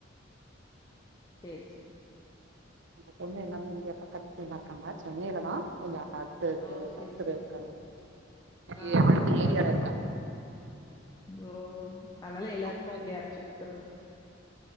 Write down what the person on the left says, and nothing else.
செரி செ
ஓ! சரி,
சரி,
சரி. ஆ
ஓப்பா
சரி.
ஓ அதனால எல்லாருக்கும்
அப்டி அரச்சு குடுத்துற மாரி